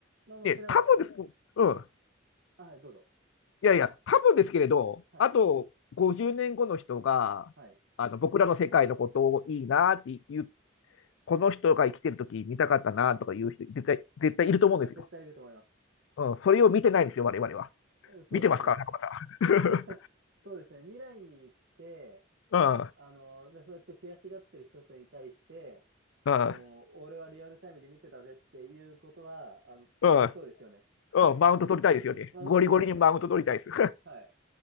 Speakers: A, on the right (about 55°); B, on the left (about 65°).
A: まあまあ、
B: ね、
A: それは、
B: 多分です。うん。
A: あはい、どうぞ。
B: いやいや、多分ですけれど、
A: はい。
B: あと50年後の人が、
A: はい。
B: あの僕らの世界のことをいいなっていう、この人が生きてる時見たかったなとかいう人、絶対、絶対いると思うんですよ。
A: あ、絶対いると思います。
B: うん、それを見てないんですよ、我々は。
A: うんそうですね。
B: 見てますか、中村
A: <laughs> そうですね。未来に行って、
B: さん。<laughs> うん、
A: あの、じゃあそうやって悔しがってる人たちに対して、
B: うん、
A: あの、俺はリアルタイムで見てたぜっていうことは、あの、
B: うん。
A: 楽しそうですよね。<laughs>
B: うん、マウント取りたいですよね。
A: マウント取りたいですね。
B: ゴリゴリにマウント取りたいです。
A: はい。